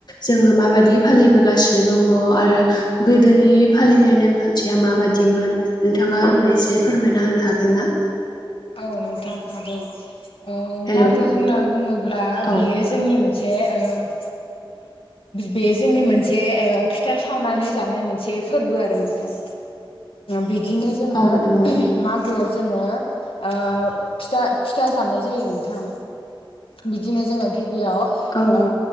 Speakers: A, on the left (about 50°); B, on the left (about 80°).
A: जोङो माबायदि फालिबोगासिनो दङ आरो गोदोनि फालिनाय नेम खान्थिया माबायदिमोन नोंथाङा आंनो एसे फोरमायना होनो हागोन ना?
B: औ नोंथा हागोन ‌। ओ
A: हेलौ
B: मागो होनना बुङोब्ला
A: औ
B: बेयो जोंनि मोनसे से ओ बे जोंनि मोनसे ओ फिथा सावनानै जानाय मोनसे फोरबो आरो नोंथां। बिदिनो जोङो
A: औ नंगौ
B: मागोआव जोङो ओ फिथा फिथा जानाय जायो नोंथां। बिदिनो जोङो गिबियाव ओ
A: औ